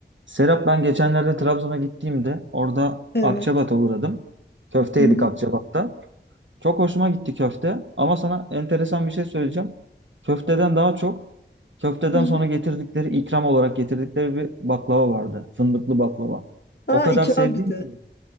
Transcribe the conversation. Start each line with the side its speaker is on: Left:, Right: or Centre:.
Right: Serap ben geçenlerde Trabzon'a gittiğimde orada
Left: Evet.
Right: Akçabat'a uğradım. Köfte
Left: Hı
Right: yedik
Left: hı.
Right: Akçabat'ta. Çok hoşuma gitti köfte ama sana enteresan bir şey söyleyeceğim. Köfteden daha çok köfteden
Left: Hı hı.
Right: sonra getirdikleri ikram olarak getirdikleri bir baklava vardı. Fındıklı baklava.
Left: Aa
Right: O kadar
Left: ikram
Right: sevdim
Left: bir de.
Right: ki.